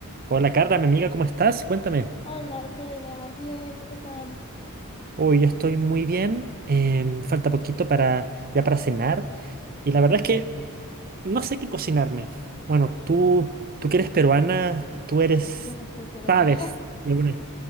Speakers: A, on the right; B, on the left.
A: Hola Carla, mi amiga, ¿cómo estás? Cuéntame.
B: Hola, se va bien, ¿tú qué tal?
A: Hoy yo estoy muy bien. em, falta poquito para ya para cenar y la verdad es que no sé qué cocinarme. Bueno, tú tú que eres peruana, tú eres
B: Yo no soy peruana.
A: sabes de una-